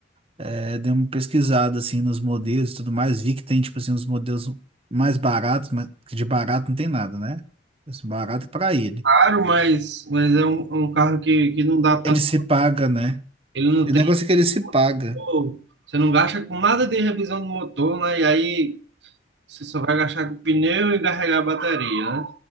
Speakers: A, on the right; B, on the right.
A: É, dei uma pesquisada, assim, nos modelos e tudo mais. Vi que tem, tipo assim, uns modelos mais baratos, mas que de barato não tem nada, né? Esse barato é pra ele.
B: Claro, mas, mas é um, é um carro que, que não dá tanto,
A: Ele se paga, né?
B: ele não
A: O
B: tem,
A: negócio é que ele se paga.
B: pô, você não gasta com nada de revisão do motor, né? E aí você só vai gastar com pneu e carregar a bateria, né?